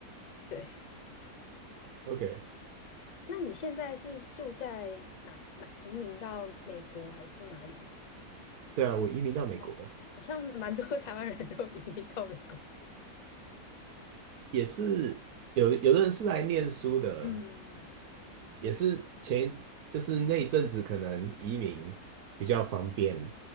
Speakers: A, on the left; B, on the right.
A: 对，
B: OK，
A: 那你现在是住在哪哪移民到美国还是哪里吗？
B: 对啊，我移民到美国，
A: 哦，好像蛮多 <laughs> 台湾人都移民到美国。
B: 也是有有的人是来念书的，
A: 嗯
B: 也是前就是那一阵子可能移民比较方便，